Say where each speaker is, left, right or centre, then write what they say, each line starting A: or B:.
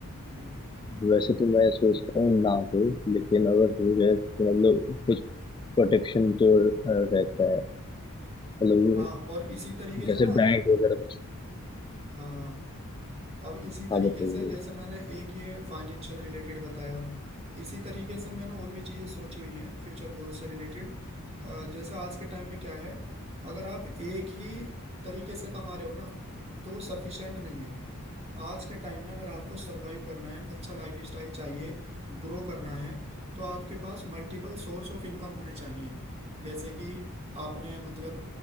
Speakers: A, on the right; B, on the left.
A: हम्म।
B: वैसे तो मैं सोचता हूँ ना हो लेकिन अगर हो जाए तो मतलब कुछ प्रोटेक्शन तो अ, रहता है मतलब वो
A: हाँ और इसी तरीके
B: जैसे
A: से ना
B: बैंक वगैरह कुछ
A: हाँ हाँ अब इसी तरीके
B: हाँ बताइए
A: से जैसे मैंने एक ये फाइनेंशियल रिलेटेड बताया इसी तरीके से मैंने और भी चीज़ें सोची हुई हैं फ्यूचर गोल से रिलेटेड जैसे आज के टाइम में क्या है अगर आप एक ही तरीके से कमा रहे हो ना तो वो सफिशिएंट नहीं है आज के टाइम में अगर आपको सरवाइव करना है अच्छा लाइफ स्टाइल चाहिए ग्रो करना है तो आपके पास मल्टीपल सोर्स ऑफ इनकम होने चाहिए जैसे कि आपने मतलब